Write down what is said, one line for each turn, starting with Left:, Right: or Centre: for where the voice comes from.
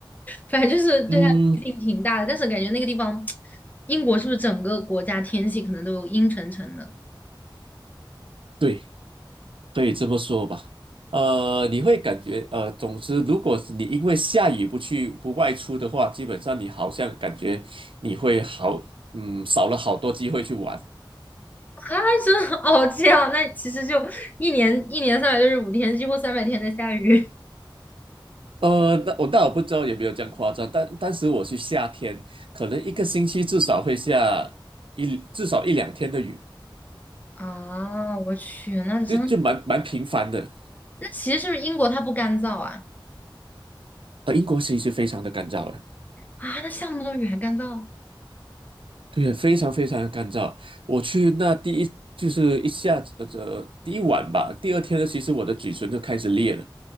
Left: 反正就是对他批评挺大的，
Right: 嗯，
Left: 但是感觉那个地方，英国是不是整个国家天气可能都阴沉沉的
Right: 对。可以这么说吧，呃，你会感觉，呃，总之，如果是你因为下雨不去不外出的话，基本上你好像感觉你会好，嗯，少了好多机会去玩。
Left: 啊？真的哦，这样，那其实就一年一年三百六十五天，几乎三百天在下雨
Right: 呃，那我那我不知道有没有这样夸张，但当时我去夏天，可能一个星期至少会下一至少一两天的雨，
Left: <laughs> 啊！我去，那真
Right: 就就蛮蛮频繁的。
Left: 那其实是不是英国它不干燥啊？
Right: 呃，英国其实非常的干燥的。
Left: 啊，那下那么多雨还干燥？
Right: 对，非常非常的干燥。我去那第一就是一下子呃第一晚吧，第二天呢，其实我的嘴唇就开始裂了，